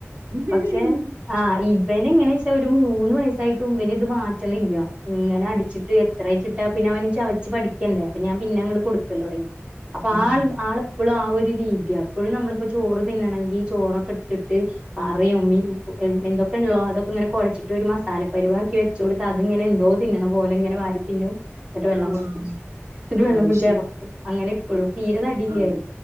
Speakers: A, on the right (about 85°); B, on the right (about 25°).
A: ഉം
B: പക്ഷേ ആഹ്.. ഇവനിങ്ങനെച്ചാ ഒരു മൂന്നു വയസായിട്ടുമിവന് ഇത് മാറ്റണില്ല യിങ്ങനെ അടിച്ചിട്ട് എത്രെച്ചിട്ടാപ്പിന്നെ അവന് ചവച്ചുപഠിക്കണ്ടേ പ്പോ ഞാൻപിന്നങ്ങട് കൊടുക്കലുടങ്ങി അപ്പൊ
A: ഉം ഉം
B: ആൾ ആള് ഇപ്പളും ആ ഒരുരീതിയാ ഇപ്പഴും നമ്മളിപ്പോചോറു തിന്നണങ്കി ചോറൊക്കട്ടിട്ട് പറയുമ്മി എന്ത് എന്തൊക്കെയുള്ളോ അതൊക്കെയിങ്ങനെ കൊഴച്ചിട്ടൊരു മസാല പരിവാക്കി വച്ചു വച്ചുകൊടുത്ത അതിങ്ങനെയെന്തോ തിന്നണപോലെയിങ്ങനെ വാരി തിന്നും എന്നിട്ടു വെള്ളം
A: ആഹ്
B: കുടിക്കും ചെയ്യും ന്നിട്ടു വെള്ളംകുടിച്ചെറക്കും
A: അത് ശരി
B: അങ്ങനെയിപ്പഴും തീരെ തടിയില്ലായി
A: ആഹ്